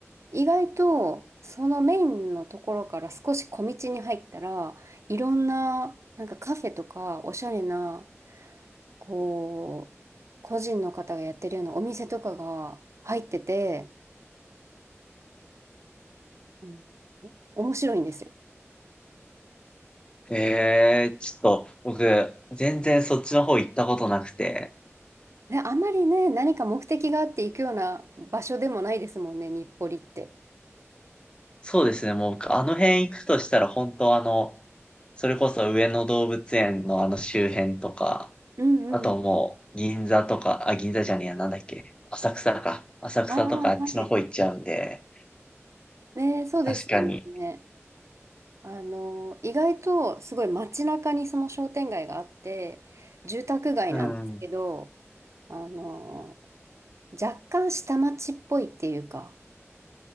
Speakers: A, on the right; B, on the left.
A: 意外とそのメインのところから少し小道に入ったら、いろんななんかカフェとかおしゃれな、こう、個人の方がやってるようなお店とかが入ってて、うん面白いんですよ。
B: ええちょっと、僕、全然そっちの方行ったことなくて。
A: で、あまりね、何か目的があって行くような場所でもないですもんね、日暮里って。
B: そうですね、もう僕、あの辺行くとしたら、本当あの、それこそ上野動物園のあの周辺とか、
A: うんうんうん。
B: あともう、銀座とか、あ、銀座じゃねえや、なんだっけ、浅草か。浅草とかあっちの方行っちゃうんで、
A: ああ、はい。ね、そうですよね。
B: 確かに。
A: あの、意外とすごい街中にその商店街があって、住宅街なんですけど、
B: うん。
A: あの、若干下町っぽいっていうか、